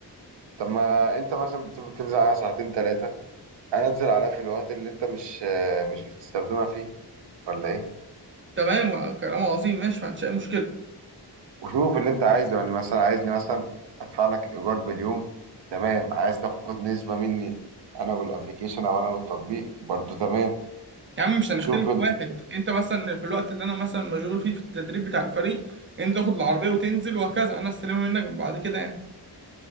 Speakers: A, on the right; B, on the right.
A: طب ما انت مثلا بتقول بتنزل عليها ساعتين تلاتة انا انزل عليها في الوقت اللي انت مش مش بتستخدمها فيه ولا ايه
B: تمام كلام عظيم ماشي ما عنديش اي مشكلة
A: وشوف اللي انت عايزه يعني مثلا عايزني مثلا ادفع لك ايجار باليوم تمام عايز تاخد نسبة مني انا والابليكيشن او انا والتطبيق برضو تمام
B: يا عم مش هنختلف
A: شوف ال...
B: واحد انت مثلا في الوقت اللي انا مثلا مشغول فيه في التدريب بتاع الفريق انت تاخد العربية وتنزل وهكذا انا استلمها منك بعد كده يعني